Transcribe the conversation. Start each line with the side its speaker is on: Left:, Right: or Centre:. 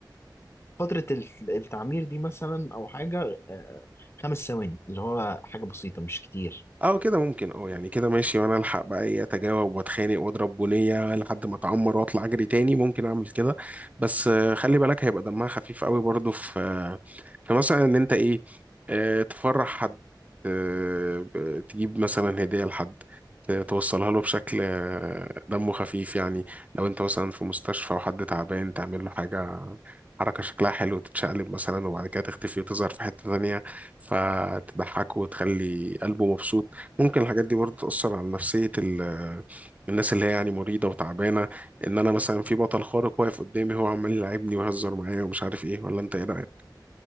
Left: فترة ال- التعمير دي مثلا أو حاجة آه، خمس ثواني اللي هو حاجة بسيطة مش كتير
Right: اه كده ممكن اه يعني كده ماشي وانا الحق بقى ايه اتجاوب واتخانق واضرب بنيه لحد ما اتعمر واطلع اجري تاني ممكن اعمل كده بس آه، خلي بالك هيبقى دمها خفيف قوي برضو في آه، في مثلا ان انت ايه آه، تفرح حد آه، ب- تجيب مثلا هديه لحد ت- توصلها له بشكل آه، دمه خفيف يعني لو انت مثلا في مستشفى وحد تعبان تعمل له حاجه حركة شكلها حلو تتشقلب مثلا وبعد كده تختفي وتظهر في حتة تانية فتضحكه وتخلي قلبه مبسوط ممكن الحاجات دي برضه تأثر على نفسية ال- آه، الناس اللي هي يعني مريضة وتعبانة إن أنا مثلا في بطل خارق واقف قدامي هو عمال يلعبني ويهزر معايا ومش عارف إيه ولا أنت إيه رأيك؟